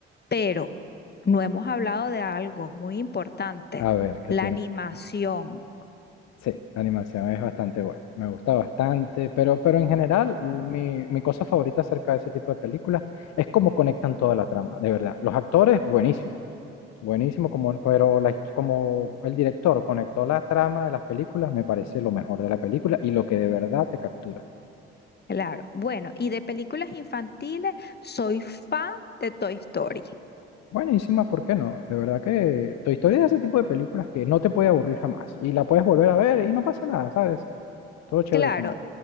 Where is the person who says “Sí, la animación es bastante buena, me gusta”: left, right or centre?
Left